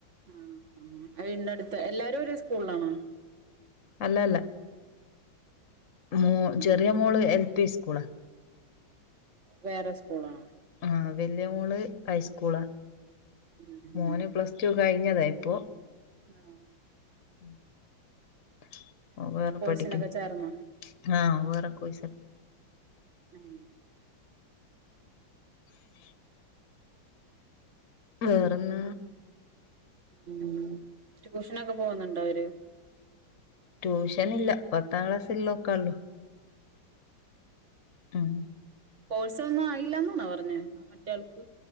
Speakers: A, on the right (about 40°); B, on the left (about 50°).
A: ആ അീന്റെ അടുത്ത് എല്ലാരും ഒ ഒരു സ്കൂളിലാണോ
B: അല്ല അല്ല മോ
A: ഉം
B: ചെറിയ മോള് എൽ പി സ്കൂള്
A: വേറെ സ്കൂളാ
B: ആഹ് വല്യ മോള് ഹൈസ്കൂളാ
A: ഉം
B: മോന്
A: ഉം
B: പ്ലസ് ടു കഴിഞ്ഞതാ ഇപ്പൊ
A: ആഹ്
B: ഉം വേറെ
A: കോഴ്സിനൊക്കെ
B: പഠിക്കുന്നു
A: ചേർന്നോ
B: ആഹേറെ കോയി
A: ഉം
B: <unintelligible> വേറെന്നാ
A: ഉം ട്യൂഷനൊക്കെ പോകുന്നുണ്ടോ അവര്
B: ട്യൂഷൻ ഇല്ല പത്താം ക്ലാസ്ള്ളോക്കാള്ളു ആഹ്
A: കോഴ്സ ഒന്നും ആയില്ലന്നണാ പറഞ്ഞേ ആ മറ്റേയാൾക്ക്